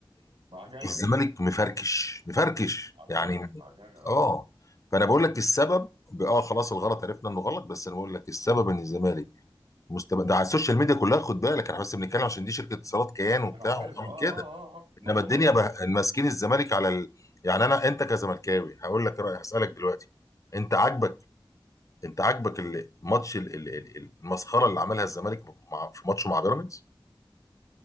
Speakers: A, on the right (about 85°); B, on the left (about 40°).
A: معجنه
B: الزمالك مفركش مفركش
A: معجنه
B: يعني
A: معجنه آه.
B: اه فانا بقول لك السبب ب- اه خلاص الغلط عرفنا انه غلط بس انا بقول لك السبب ان الزمالك مستب... ده على السوشيال ميديا كلها خد بالك احنا بس بنتكلم عشان دي شركه اتصالات كيان وبتاع
A: ما انا عارف
B: وعامل
A: اه اه
B: كده
A: اه آه. ما
B: انما
A: هم
B: الدنيا
A: بص
B: بقى ماسكين الزمالك على ال... يعني انا انت كزملكاوي هقول لك رايي هسالك دلوقتي انت عاجبك
A: مم.
B: انت عاجبك الماتش ال- ال- ال- المسخره اللي عملها الزمالك مع... في ماتشه مع بيراميدز